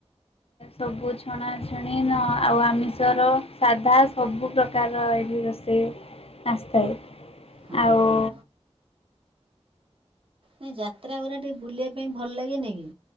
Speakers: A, on the left (about 60°); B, on the right (about 55°).
A: ସବୁ ଛଣାଛଣି ନ ଆଉ ଆମେ। <inaudible> ସାଧା ସବୁ ପ୍ରକାରର ଏଠି ରୋଷେଇ ଆସିଥାଏ।
B: ହଁ
A: ଆଉ।
B: ହଁ। ନାଇ ଯାତ୍ରା ଗୁଡା ଟିକେ ବୁଲିବା ପାଇଁ ଭଲ ଲାଗେ ନି କି?